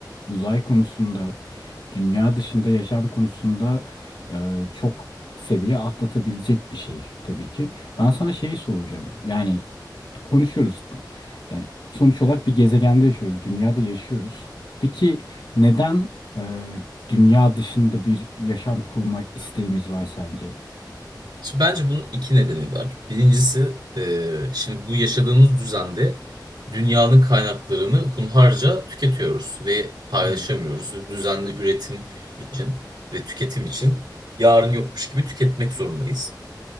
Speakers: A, on the left; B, on the right.
A: uzay konusunda dünya dışında yaşam konusunda e, çok seviye atlatabilecek bir şey tabii ki. Ben sana şeyi soracağım. Yani konuşuyoruz. Yani sonuç olarak bir gezegende yaşıyoruz, dünyada yaşıyoruz. Peki neden e, dünya dışında bir yaşam kurma isteğimiz var sence?
B: Şimdi bence bunun iki nedeni var. Birincisi e, şimdi bu yaşadığımız düzende dünyanın kaynaklarını hunharca tüketiyoruz ve paylaşamıyoruz.
A: Evet,
B: Düzenli üretim için ve tüketim için yarın yokmuş gibi tüketmek zorundayız.